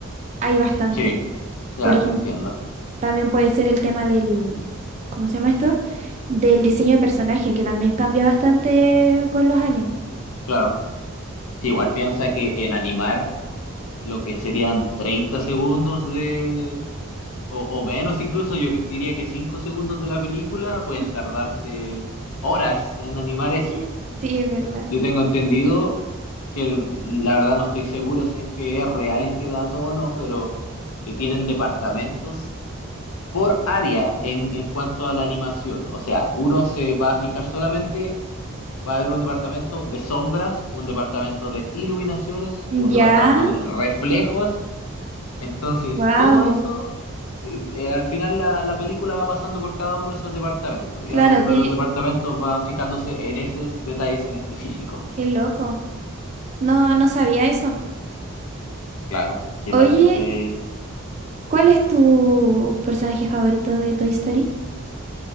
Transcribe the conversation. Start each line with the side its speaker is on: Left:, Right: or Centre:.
Right: hay bastante.
Left: Sí, ya
Right: Por ejemplo,
Left: te entiendo.
Right: También puede ser el tema del, ¿cómo se llama esto? Del diseño de personaje, que también cambia bastante con los años.
Left: Claro. Sí, igual piensa que en animar lo que serían 30 segundos de, o, o menos incluso, yo diría que 5 segundos de la película pueden
Right: Ujú.
Left: tardarse horas en animar eso.
Right: <laughs> Sí, es verdad.
Left: Yo tengo entendido que, la verdad no estoy seguro si es que es real este dato o no, pero que tienen departamentos por área en, en cuanto a la animación. O sea, uno se va a fijar solamente, va a haber un departamento de sombras, un departamento de iluminaciones,
Right: Sí.
Left: un
Right: Ya,
Left: departamento de reflejos. Entonces,
Right: wow.
Left: todo eso, eh, eh, al final la, la película va pasando por cada uno de esos departamentos. Y
Right: Claro,
Left: cada uno
Right: tiene,
Left: de los departamentos va fijándose en esos detalles en específico.
Right: qué loco. No, no sabía eso.
Left: Claro, que es
Right: Oye,
Left: bastante...
Right: ¿cuál es tu personaje favorito de Toy Story?